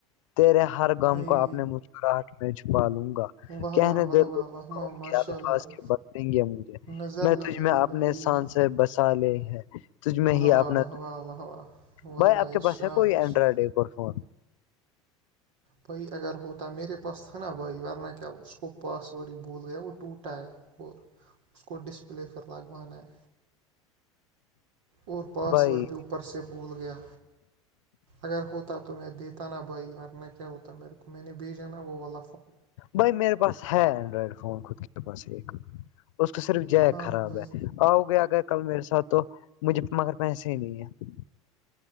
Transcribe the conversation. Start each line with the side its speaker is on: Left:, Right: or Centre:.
Left: تیرے ہر غم
Right: ہائے
Left: کو آنے مسکراہٹ میں چھپا لوں گا
Right: واہ
Left: کہنے
Right: واہ واہ
Left: دے لو
Right: واہ واہ واہ ماشاء
Left: کے الفاظ
Right: اللہ
Left: کے بدیں گے مجھے
Right: نظر
Left: میں
Right: نہ
Left: تج
Right: لگے
Left: میں اپنے
Right: بھائی
Left: شان سے بسا لے ہے تج میں
Right: واہ
Left: ہی اپنا
Right: واہ واہ واہ واہ واہ واہ
Left: بھائی
Right: واہ
Left: آپ کے
Right: ارشاد
Left: پاس ہے کو یہ اینڈرائڈ
Right: ارشاد
Left: ایک فون
Right: بھائی اگر ہوتا میرے پاس تھا نا بھائی ورنہ کیا اس کو پاس ورڈ ہی بول گیا وہ ٹوٹا ہے اور اس کو ڈسپلے پھر لگوانا ہے اور پاس
Left: بھائی
Right: ورڈ بھی اوپر سے بھول گیا اگر ہوتا تو میں دیتا نا بھائی ورنہ کیا ہوتا میرے کو میں نے بھیجا نا وہ وال
Left: بھائی میرے پاس ہے اینڈرائڈ فون خود کے اوپر سے ایک اس کو صرف ج
Right: ہاں
Left: خراب
Right: بھائی
Left: ہے آؤ گے اگر کل میرے ساتھ تو مجھے مگر پیسے ہی نہیں ہے